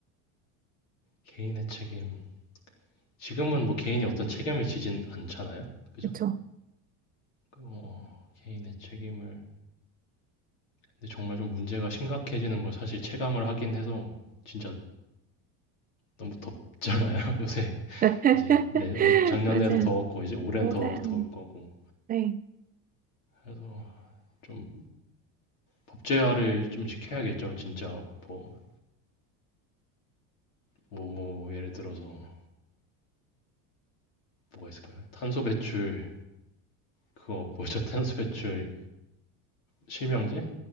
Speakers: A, on the left; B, on the right.
A: 개인의 책임. 지금은 뭐 개인이 어떤 책임을 지진 않잖아요. 그죠?
B: 그렇죠.
A: 그 어 개인의 책임을 근데 정말 좀 문제가 심각해지는 걸 사실 체감을 하긴 해서 진짜 너무 덥잖아요, <laughs> 요새.
B: <laughs>
A: 이제 내년 어 작년에도
B: 맞아요.
A: 더웠고 이제 올해는
B: 맞아요.
A: 더 더울 거고.
B: 네.
A: 그래서 좀 법제화를 좀 시켜야겠죠. 진짜 뭐, 뭐 예를 들어서 뭐가 있을까요? 탄소 배출 그거 뭐죠? <laughs> 탄소 배출 실명제